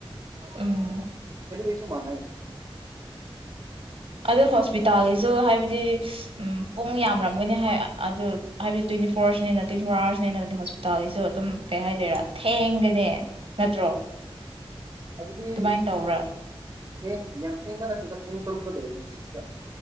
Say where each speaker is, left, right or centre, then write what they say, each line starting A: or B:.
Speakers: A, on the right; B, on the right.
A: ꯎꯝ
B: ꯁꯤꯁꯨ ꯀꯁꯨ ꯃꯅꯦ <inaudible>
A: ꯑꯗꯨ ꯍꯣꯁꯄꯤꯇꯥꯜꯒꯤꯁꯨ ꯍꯥꯏꯕꯗꯤ ꯎꯝ ꯄꯨꯡ ꯌꯥꯝꯉꯤ ꯃꯣꯏꯅ ꯍꯥꯏ ꯑꯗꯨꯠ ꯍꯥꯏꯕꯗꯤ ꯇꯦꯟꯠꯌ ꯐꯣꯔ ꯅꯤꯅꯥ ꯇꯤꯟꯇꯤ ꯐꯣꯔ ꯑꯋꯥꯔꯁ ꯅꯤꯅꯥ ꯍꯣꯁꯄꯤꯇꯥꯜꯒꯤꯁꯨ ꯑꯗꯨꯝ ꯀꯩ ꯍꯥꯏꯗꯣꯏꯔ ꯊꯦꯡꯒ ꯅꯦ ꯅꯠꯇ꯭ꯔꯣ
B: ꯑꯗꯨꯗꯤ
A: ꯑꯗꯨꯃꯥꯏꯅ ꯇꯧꯔꯥ
B: ꯊꯦꯡ ꯌꯥꯝ ꯊꯦꯡꯕ ꯅꯇꯦꯗ ꯄꯨꯡ ꯇꯔꯨꯛꯀ ꯂꯩꯔꯦꯅ ꯁꯤꯛꯁ ꯇꯥ